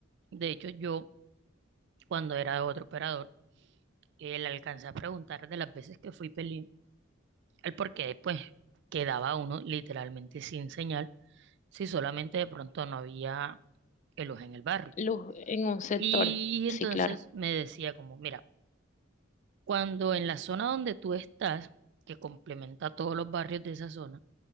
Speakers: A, on the right; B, on the left.
A: De hecho, yo cuando era otro operador, eh, le alcancé a preguntar de las veces que fui peli, el por qué pues quedaba uno literalmente sin señal, si solamente de pronto no había ellos en el barrio.
B: Luz en un sector,
A: Y entonces
B: sí, claro.
A: me decía como, mira, cuando en la zona donde tú estás, que complementa todos los barrios de esa zona,